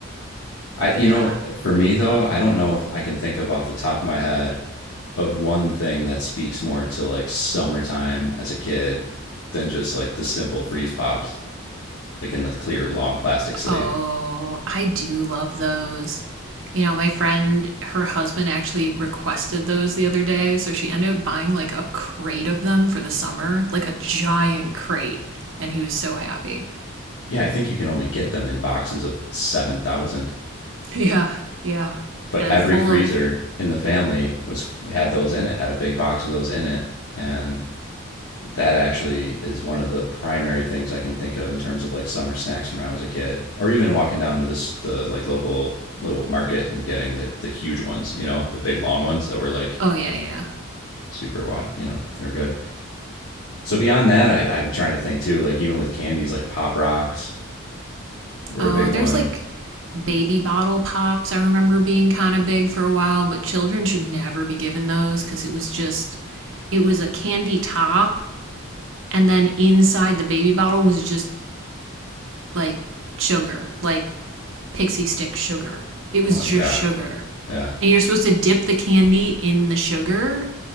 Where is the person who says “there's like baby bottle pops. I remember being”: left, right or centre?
Right